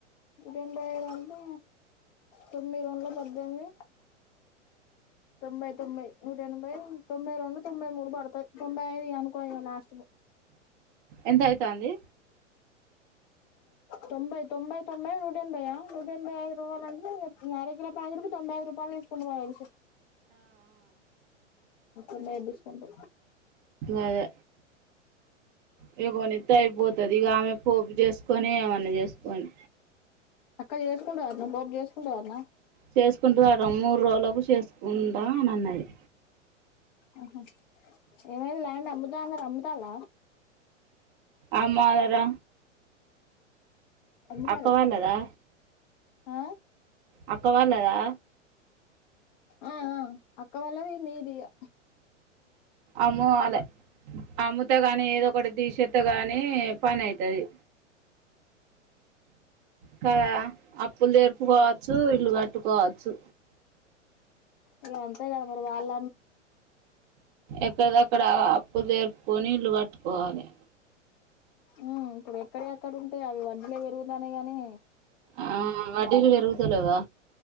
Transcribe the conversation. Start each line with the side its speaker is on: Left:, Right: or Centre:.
Left: రెండు ఐదు అంటే తొమ్మిది వందల పద్దెనిమిది తొంభై తొంభై నూట ఎనభై తొంభై రెండు తొంభై మూడు పడుతది తొంభై ఐదు అనుకో లాస్ట్
Right: ఎంత అవుతు అంది
Left: తొంబై తొంబై తొ నూట ఎనభై నూట ఎనభై యు రూవాల ఇంకా నిర కిలా పా తొంభై ఐదు రూపాయలు తీసుకు అన్నా డిస్కౌంట్
Right: అదే యిక పోనీ ర్ అయిపోతుంది ఇక ఆమె పోపు చేసుకొని ఏమన్నా చేసుకొని
Left: అక్క చేసుకుంటరాటా పాప చేసుకుంటదాటానా
Right: చేసుకుంటూ రాడం మూడు రోజులకు చేసుకుందాం అని అన్నది
Left: ఆహా ఏమైంది ల్యాండ్ అమ్ముతా అన్నారు అమ్ముతాల్ల
Right: ఆమ్మ అదార
Left: అమ్ముతాల్లా
Right: అక్కవాళ్ళదా
Left: ఆ
Right: అక్క వాళ్ళదా
Left: ఆ ఆ అక్క వాళ్ళది మీడియా
Right: అమ్ముఆలె అమ్ముత చెత్త గాని ఏదో ఒకటి తీసేత్గాని పని అవుతుది కదా అప్పులు తెరుపుకోవచ్చు ఇల్లు కట్టుకోవచ్చు
Left: ఇక అంతే కదా మరి వాళ్ళ
Right: ఎక్కడక్కడ అప్పు జరుపుకొని ఇల్లు కట్టుకోవాలి
Left: ఉమ్ ఇప్పుడు ఎక్కడ ఎక్కడ ఉంటాయి అవి వడ్లే పెరుగుతానే గాని
Right: ఆ వడ్డీలు వెరుగుతలెవా